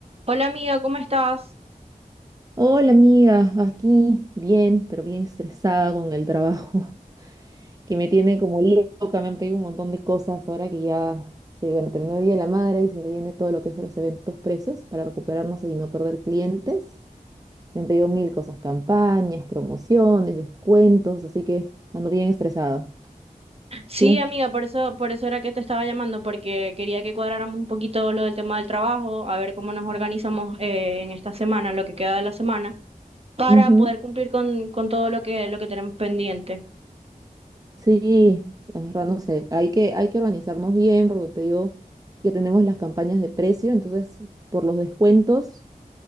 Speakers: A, on the right; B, on the right.
A: Hola amiga, ¿cómo estás?
B: Hola amiga, aquí bien, pero bien estresada con el trabajo, <laughs> que me tiene como loca, me han pedido un montón de cosas ahora que ya se, bueno, terminó el Día de la Madre y se viene todo lo que es los eventos precios para recuperarnos y no perder clientes. Me han pedido mil cosas, campañas, promociones, descuentos, así que ando bien estresada.
A: Sí,
B: ¿Tú?
A: amiga, por eso, por eso era que te estaba llamando, porque quería que cuadráramos un poquito lo del tema del trabajo, a ver cómo nos organizamos eh, en esta semana, lo que queda de la semana, para
B: Ujú.
A: poder cumplir con, con todo lo que, lo que tenemos pendiente.
B: Sí, la verdad no sé, hay que, hay que organizarnos bien porque te digo, ya tenemos las campañas de precio, entonces por los descuentos.